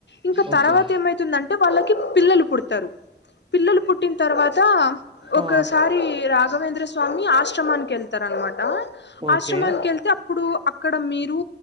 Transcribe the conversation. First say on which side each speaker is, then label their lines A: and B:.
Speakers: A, on the left (about 80°); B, on the right (about 30°).
A: ఇంకా
B: ఓకే
A: తర్వాత ఏమైతుందంటే వాళ్ళకి పిల్లలు పుడతారు పిల్లలు పుట్ పుట్టిన తర్వాత ఒకసారి
B: ఆ
A: రాఘవేంద్ర స్వామి ఆశ్రమానికి వెళ్తారనమాట
B: ఓకే
A: ఆశ్రమానికి వెళ్తే అప్పుడు అక్కడ మీరు